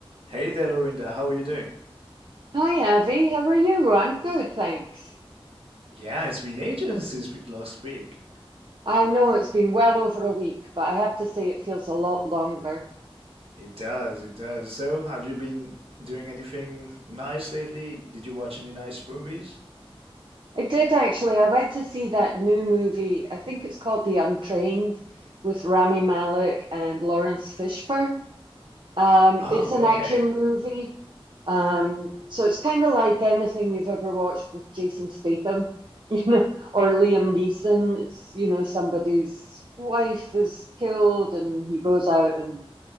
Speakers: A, on the right (about 70°); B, on the right (about 55°).
A: Hey there, Lorinda. How are you doing?
B: Hi, Avi. How are you? I'm good, thanks.
A: Yeah, it's been ages since we last speak.
B: I know it's been well over a week, but I have to say it feels a lot longer.
A: It does, it does. So, have you been doing anything nice lately? Did you watch any nice movies?
B: I did actually. I went to see that new movie. I think it's called The Untrained with Rami Malek and Lawrence Fishburne. Um,
A: Oh,
B: it's an
A: okay.
B: action movie. Um, so it's kind of like anything you've ever watched with Jason Statham, <laughs> you know, or Liam Neeson. It's, you know, somebody's wife is killed and he goes out and